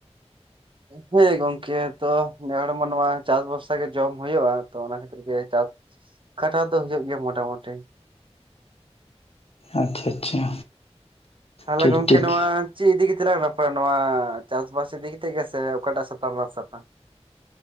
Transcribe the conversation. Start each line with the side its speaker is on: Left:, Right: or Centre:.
Right: ᱦᱮᱸ ᱜᱚᱝᱠᱮ ᱛᱚ ᱱᱮ ᱦᱚᱲ ᱢᱟ ᱱᱚᱣᱟ ᱪᱟᱥ ᱵᱚᱨᱥᱟ ᱜᱮ ᱡᱚᱢ ᱦᱩᱭᱩᱜᱼᱟ, ᱛᱚ ᱚᱱᱟ ᱠᱷᱟᱛᱤ ᱜᱮ ᱪᱟᱥ ᱠᱷᱟᱴᱟ ᱫᱚ ᱦᱩᱭᱩᱜ ᱜᱮᱭᱟ ᱢᱚᱴᱟᱢᱩᱴᱤ᱾
Left: ᱟᱪᱪᱷᱟ ᱟᱪᱪᱷᱟ
Right: ᱛᱟᱦᱚᱞᱮ
Left: ᱴᱷᱤᱠ
Right: ᱜᱚᱢᱠᱮ
Left: ᱴᱷᱤᱠ
Right: ᱱᱚᱣᱟ ᱪᱮᱫ ᱤᱫᱤ ᱠᱟᱛᱮᱞᱟᱝ ᱨᱟᱯᱟᱭᱟ ᱱᱚᱣᱟ ᱪᱟᱥᱵᱟᱥ ᱤᱫᱤ ᱠᱟᱛᱮ ᱜᱮᱥᱮ ᱚᱠᱟ ᱴᱟᱜ ᱥᱟᱛᱟᱢ ᱞᱟᱝ ᱥᱟᱯᱟ